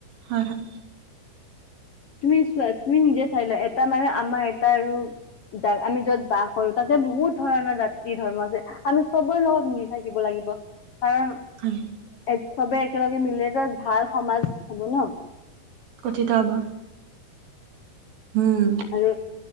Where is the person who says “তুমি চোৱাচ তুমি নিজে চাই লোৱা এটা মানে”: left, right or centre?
Left